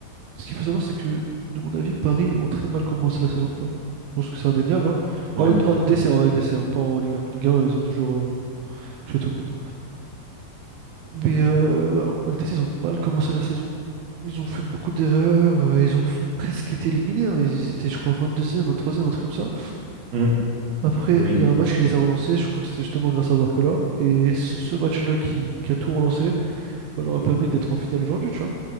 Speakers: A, on the right; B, on the right.
A: Ce qu'il faut savoir, c'est que, de mon avis, Paris ont très mal commencé la saison, tu vois. Je pense que c'est indéniable. hein.
B: Ouais.
A: En, en LDC, en LDC, hein, pas en Ligue 1. Ligue 1, ils ont toujours euh, tué tout le monde. Mais euh, ouais, en LDC, ils ont mal commencé la saison. Ils ont fait beaucoup d'erreurs. euh, ils ont f- presque été éliminés. hein. Ils étaient, je crois, vingt-deuxième, vingt-troisième, un truc comme ça.
B: Mm,
A: Après,
B: Oui.
A: il y a un match qui les a relancés. Je crois que c'était justement grâce à Barcola. Et ce, ce match-là qui, qui a tout relancé, bah, leur a permis d'être en finale aujourd'hui, tu vois.